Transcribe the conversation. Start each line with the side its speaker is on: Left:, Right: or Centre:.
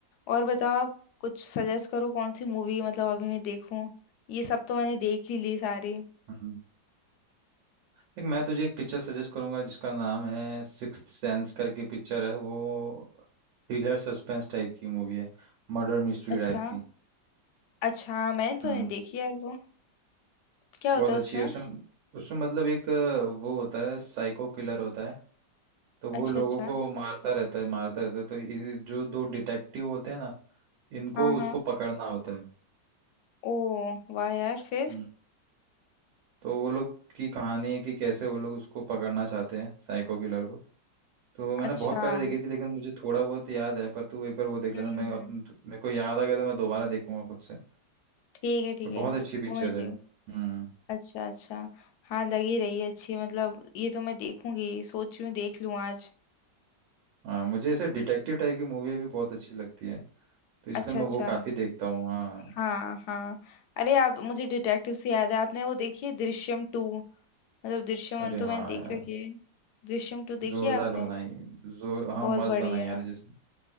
Left: और बताओ आप कुछ सजेस्ट करो कौन सी मूवी मतलब अभी मैं देखूं ये सब तो मैंने देख ही ली सारी
Right: हम्म देख मैं तुझे एक पिक्चर सजेस्ट करूंगा जिसका नाम है सिक्स्थ सेंस करके पिक्चर है वो थ्रिलर सस्पेंस टाइप की मूवी है मर्डर मिस्ट्री
Left: अच्छा
Right: टाइप की
Left: अच्छा मैंने तो
Right: हम्म
Left: नहीं देखी यार वो क्या होता
Right: बहुत
Left: है
Right: अच्छी
Left: उसमें
Right: है उसमें उसमें मतलब एक अ, वो होता है साइको किलर होता है तो वो
Left: अच्छा
Right: लोगों
Left: अच्छा
Right: को मारता रहता है मारता रहता है तो ये जो दो डिटेक्टिव होते हैं ना इनको
Left: हाँ हाँ
Right: उसको पकड़ना होता
Left: ओ वाह यार फिर
Right: है तो वो लोग की कहानी है कि कैसे वो लोग उसको पकड़ना चाहते हैं साइको किलर को तो मैंने
Left: अच्छा
Right: बहुत पहले देखी
Left: हम्म
Right: थी लेकिन मुझे थोड़ा बहुत याद है पर तू एक बार वो देख
Left: हम्म,
Right: लेना मैं
Left: हम्म।
Right: अब मेरे को याद आ गया तो मैं दोबारा देखूंगा खुद से
Left: ठीक है ठीक
Right: पर
Left: है
Right: बहुत अच्छी पिक्चर
Left: वो मैं देख
Right: है हम्म
Left: अच्छा अच्छा हाँ लगी रही है अच्छी मतलब ये तो मैं देखूंगी सोच रही हूँ देख लूँ आज
Right: हाँ मुझे ऐसे डिटेक्टिव टाइप की मूवी भी बहुत अच्छी लगती है तो इसलिए
Left: अच्छा
Right: मैं
Left: अच्छा
Right: वो काफी देखता हूँ हाँ
Left: हाँ हाँ अरे आप मुझे डिटेक्टिव से याद है आपने वो देखी है दृश्यम टू मतलब दृश्यम
Right: अरे
Left: वन तो
Right: हाँ
Left: मैंने देख
Right: यार
Left: रखी है दृश्यम टू देखी
Right: जोरदार
Left: है आपने
Right: बनाई जोर हाँ
Left: बहुत
Right: मस्त
Left: बढ़िया
Right: बनाई यार
Left: है
Right: जैसे